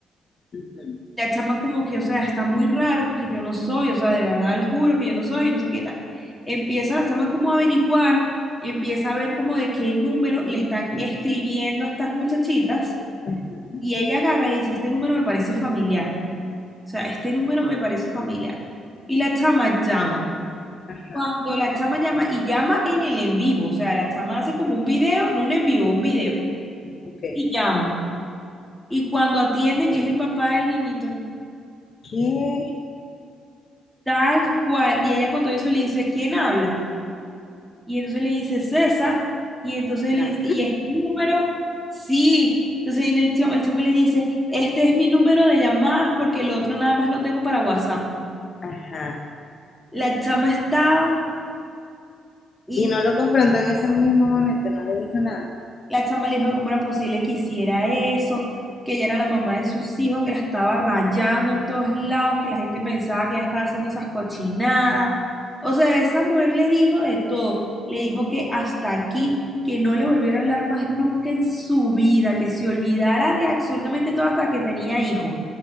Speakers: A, on the left; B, in the centre.
A: ujú,
B: la chama como que, o sea, está muy raro porque yo no soy, o sea, de verdad les juro que yo no soy, no sé qué tal. Empieza la chama como a averiguar, empieza a ver como de qué número le están escribiendo a estas muchachitas
A: ujú,
B: y ella agarra y dice, este número me parece familiar, o sea, este número me parece familiar. Y la chama llama.
A: Ajá,
B: Cuando la chama llama y llama en el en vivo, o sea, la chama hace como un video, no un en vivo, un video,
A: ok.
B: y llama. Y cuando atienden es el papá del niñito.
A: ¿Qué?
B: Tal cual. Y ella con todo eso le dice, ¿quién habla? Y entonces le dice, César. Y entonces le
A: Ajá,
B: dice, ¿y es mi número? Sí. Entonces viene el chamo, el chamo le dice, este es mi número de llamadas porque el otro nada más lo tengo para WhatsApp.
A: ajá.
B: La chama estaba y
A: Y no lo confrontó en ese mismo momento, no le dijo nada.
B: La chama le dijo que cómo era posible que hiciera eso, que ella era la mamá de sus hijos, que la estaba rayando en todos lados, que la gente pensaba que ella estaba haciendo esas cochinadas. O sea, esa mujer le dijo de todo. Le dijo que hasta aquí, que no le volviera a hablar más nunca en su vida, que se olvidara de absolutamente todo hasta que tenía hijo.